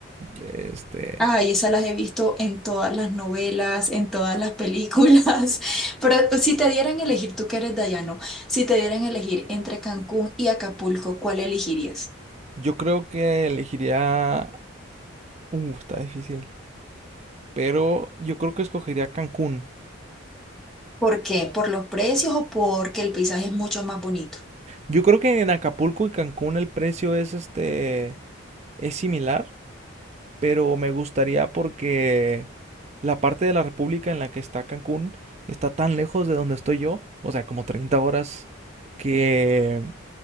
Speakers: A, on the right; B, in the centre.
A: Este,
B: Ay, esas las he visto en todas las novelas, en todas las películas. <laughs> Pero pues, si te dieran a elegir, tú que eres dayano, si te dieran a elegir entre Cancún y Acapulco, ¿cuál elegirías?
A: yo creo que elegiría... Uh, está difícil. Pero yo creo que escogería Cancún.
B: ¿Por qué? ¿Por los precios o porque el paisaje es mucho más bonito?
A: Yo creo que en Acapulco y Cancún el precio es este Es similar, pero me gustaría porque la parte de la República en la que está Cancún está tan lejos de donde estoy yo, o sea, como 30 horas, que